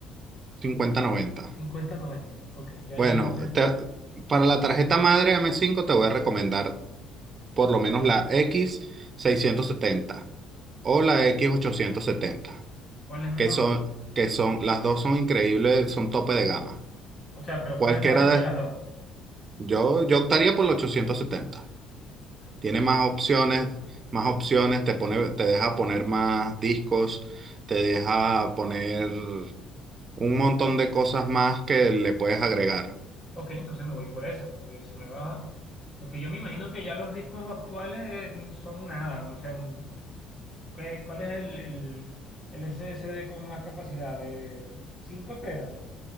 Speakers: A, on the right; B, on the left.
A: cincuenta noventa
B: cincuenta noventa. Ok, ya
A: Bueno,
B: llevo tres cosas.
A: te- para la tarjeta madre am cinco te voy a recomendar por lo menos la x seiscientos setenta o la x ochocientos setenta
B: ¿Cuál es mejor?
A: que son, que son, las dos son increíbles, son tope de gama.
B: O sea, pero
A: Cualquiera
B: ¿cuál es mejor entre
A: de,
B: las dos?
A: yo, yo optaría por los ochocientos setenta
B: Ok,
A: Tiene
B: eso.
A: más opciones, más opciones, te pone, te deja poner más discos, te deja poner un montón de cosas más que le puedes agregar.
B: Ok, entonces me voy por esa, pues, pues, si me baja. Porque yo me imagino que ya los discos actuales eh, son nada. O sea, un- ¿qué- cuál es el, el, el SSD con más capacidad? De 5 teras.